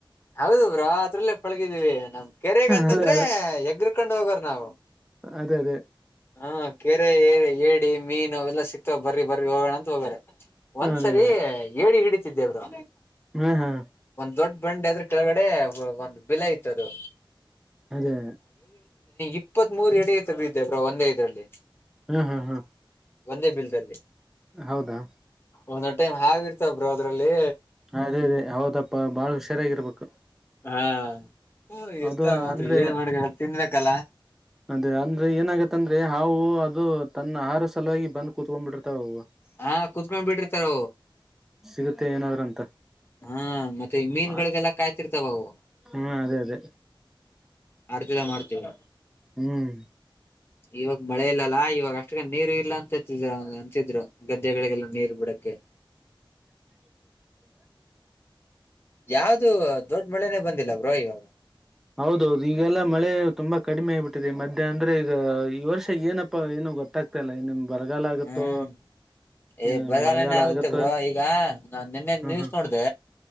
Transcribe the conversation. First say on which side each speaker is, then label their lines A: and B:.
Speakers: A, on the left (about 25°); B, in the centre.
A: ಹೌದು ಬ್ರಾ ಅದರಲ್ಲೇ ಪಳಗಿದೀವಿ ನಮ್ ಕೆರೆಗ ಅಂತಂದ್ರೆ
B: ಅದೇ
A: ಎಗ್್ರಕೊಂಡ್ ಹೋಗರ್ ನಾವು
B: ಅದೇ ಅದೇ
A: ಹಾ ಕೆರೆಏ ಏಡಿ ಮೀನು ಅವೆಲ್ಲಾ ಸಿಕ್ತಾವ ಬರ್ರಿ ಬರ್ರಿ ಹೋಗೋಣಂತ ಹೋಗ ಒಂದ್ಸರಿ
B: ಅದೇ
A: ಏಿ ಹಿಡಿತಿದ್ದೆವರು
B: ಹ್ಮ ಹಾ
A: ದೊಡ್ಡ ಬಂಡೆ ಆದ್ರ ಕೆಳಗಡೆ ಒಂದು್ ಬೆಲ ಇತದು
B: ಅದೇ
A: ಇಪ್ಪತ್ತ್ ಮೂರು ಎಡೆಗೆ ತೆಗೆದಿದ್ದೆ ಬ್ರಾ ಒಂದೇ ಐದರಲ್ಲಿ
B: ಹ್ಮ್ ಹ್ಮ್ ಹ್ಮ
A: ಒಂದೇ ಬಿಲ್ದಲ್ಲಿ
B: ಹೌದಾ
A: ಒಂದೊಂದ್ ಟೈಮ್ ಹಿ ಇರ್ತಬ್ರರು ಅದ್ರಲ್ಲಿ
B: ಅದೇ ಅದೇ ಹೌದಪ್ಪ ಬಾಳ ಹುಷಾರಾಗಿರ್ಬೇಕು
A: ಹಾ ಹ್ಮ ಇರ್ತ
B: ಅದು
A: ಆಗತ್
B: ಅಂದ್ರೆ
A: ಏನ್ ಮಾಡ್ಬೇಕ ತಿನ್ಬೇಕಲ್ಲ
B: ಅದೇ ಅಂದ್ರೆ ಏನಾಗತ್ತಂದ್ರೆ ಹಾವು ಅದು ತನ್ನ ಆಹಾರ ಸಲುವಾಗಿ ಬಂದ ಕುೂತ್ಕೊಂಡ್ ಬಿಿಡ್ರ್ತಾವವು
A: ಹಾ ಕುೂತ್ಕೊಂಡ್ ಬಿಟ್ಟಿರ್ತಾರ
B: ಸಿಗುತ್ತೆ ಏನಾದ್ರೂ ಅಂತ
A: ಹಾ ಮತ್ತೆ ಮೀನ್ಗಳಿಗೆಲ್ಲಾ
B: ಆ
A: ಕಾಯ್ತಿರ್ತಾವ ಅವು
B: ಹ್ಮ್ ಅದೇ ಅದೇ
A: ಅಡ್ತರ ಮಾಡ್ತೀವರ
B: ಹ್ಮ್
A: ಇವಾಗ ಮಳೆ ಇಲ್ಲಲ್ಲಾ ಇವಾಗ ಅಷ್ಟ ನೀರು ಇಲ್ಲ ಅಂತಿದ್ರ ಅಂತಿದ್ರು ಗದ್ದೆಗಳಿಗೆಲ್ಲ ನೀರ್ ಬಿಡಕ್ಕೆ ಹ್ಮ್
B: ಹ್ಮ್ಹ್ಮ್
A: ಯಾವವು್ದು ದೊಡ್ಡ ಮಳೆನೆ ಬಂದಿಲ್ಲ ಬ್ರೋ ಇವಾಗ
B: ಹೌದೌದು ಈಗೆಲ್ಲಾ ಮಳೆ ತುಂಬಾ ಕಡಿಮೆ ಆಗ್ಿಬಿಟ್ಟಿದೆ ಮಧ್ಯಾಹ ಅಂದ್ರೆ ಈಗ ಈ ವರ್ಷ ಏನಪ್ಪಾ ಏನು ಗೊತ್ತಾಗ್ತಾ ಇಲ್ಲ ಇ ನಿಮ್ ಬರಗಾಲ ಆಗುತ್ತೋ
A: ಹ್ಮ್ ಏ
B: ಏನು
A: ಬರಗಾಲನೆೇ
B: ಮಳೆಗಾಲ
A: ಆಗುತ್ತೆ
B: ಆಗುತ್ತೋ
A: ಬ್ರೋ ಈಗ ನಾ ನಿನ್ನೆ
B: ಹ್ಮ್
A: ನೀನ್ವ್ಸ್
B: ಹ್ಮ್
A: ನೋಡ್ದ